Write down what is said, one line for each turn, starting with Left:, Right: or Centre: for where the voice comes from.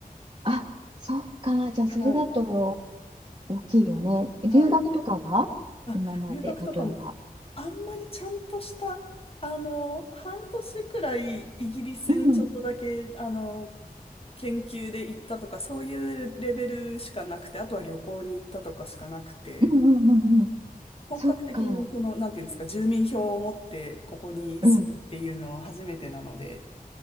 Right: あ、そっか。じゃあ、
Left: はい、
Right: それだと大きいよね。
Left: はい。
Right: 留学とかは今まで、
Left: あ、留学とかも
Right: 例えば。
Left: あんまりちゃんとした、あの、半年くらいイギリスにちょっとだけ、
Right: うん、
Left: あの、研究で行ったとか、そういうレベルしかなくて、あとは旅行に行ったとかしかなくて、
Right: うんうんうんうん。
Left: 本格的にこの、
Right: そっか。
Left: なんていうんですか、住民票を持ってここに住むっていうのは初めてなので、
Right: うん。